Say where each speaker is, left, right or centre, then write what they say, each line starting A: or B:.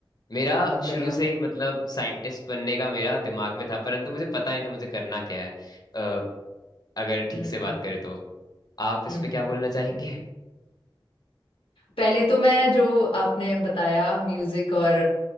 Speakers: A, on the left (about 50°); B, on the left (about 85°).
A: मेरा
B: बहुत
A: शुरू
B: बढ़िया
A: से ही मतलब साइंटिस्ट बनने का मेरा दिमाग में था परंतु मुझे पता नहीं था मुझे करना क्या है अ, अगर ठीक
B: हम्म
A: से बात करें तो आप इस
B: हम्म
A: पे क्या बोलना चाहेंगे
B: पहले तो मैं जो आपने बताया म्यूजिक और